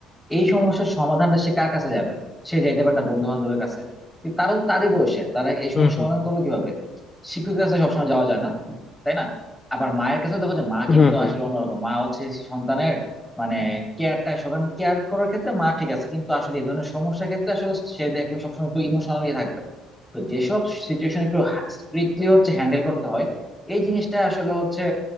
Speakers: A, in the centre; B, on the left.
A: এই সমস্যার সমাধানটা সে কার কাছে যাবে সে যাইতে পারে তার বন্ধু বান্ধবের কাছে কিন্তু তারা তো তারই বয়সের তারা এই সমস্যার
B: হুম
A: সমাধান
B: হুম হুম
A: করবে কিভাবে শিক্ষকের কাছে সবসময় যাওয়া যায় না তাই না আবার মায়ের কাছেও দেখো যে মা কিন্তু
B: হুম হুম
A: আসলে অন্যরকম মা হচ্ছে সন্তানের মানে কেয়ারটা সকালে কেয়ার করার ক্ষেত্রে মা ঠিক আছে কিন্তু আসলে এই ধরনের সমস্যার ক্ষেত্রে আসলে সে দেখবে সবসময় একটু ইমোশনালি থাকবে তো যেসব সিচুয়েশন একটু স্ট্রিক্টলি হচ্ছে হ্যান্ডেল করতে হয় এই জিনিসটা আসলে হচ্ছে